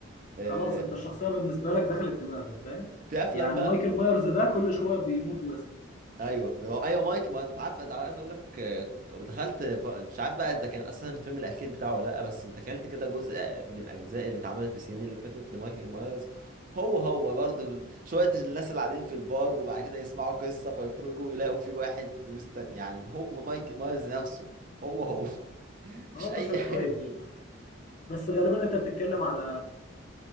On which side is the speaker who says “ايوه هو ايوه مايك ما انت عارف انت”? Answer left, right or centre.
Right